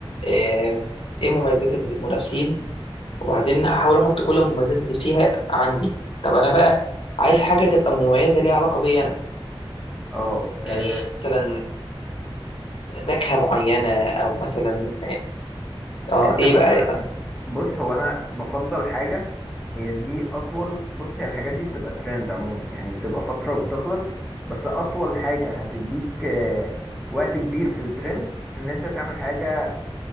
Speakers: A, on the left; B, in the centre.
A: آه، ايه مميزات المنافسين وبعدين هحاول احط كل المميزات اللي فيها عندي طب انا بقى عايز حاجه تبقى مميزه ليها علاقه بيا انا
B: اه إيه،
A: يعني مثلا نكهه معينه او مثلا
B: ان
A: اه
B: انت
A: ايه
B: مثلا
A: بقى إيه مثلا
B: بص هو انا بفضل حاجه هي دي اطول بص هي الحاجات دي بتبقى ترند عموما يعني بتبقى فتره وبتخلص بس اطول حاجه هتديك آه، وقت كبير في الترند ان انت تعمل حاجه